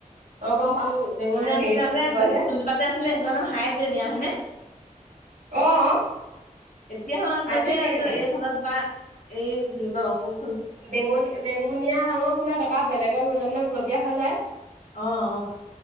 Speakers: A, on the right; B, on the left.
A: অ', গম পালোঁ
B: বেঙুনীয়া
A: মায়ে মেৰি
B: নিচিনা
A: ফুল
B: যে
A: বুলি কয়
B: সেই ফুলজোপা যে আছিলে সেইজো ন হাইডেনিয়া হয়নে।
A: অ',।
B: এতিয়া হে
A: হাইব্ৰীড
B: পৰিছে
A: নিয়ে সেইটোপানৰ।
B: তো এইফালৰ জোপা এই বুলি কয় অসুক
A: বেঙু বেঙুনীয়া ৰঙৰ ফুলে তা পা বেলেগত ৰুলে মানে গোলপীয়া হৈ যায়।
B: অ', অ'।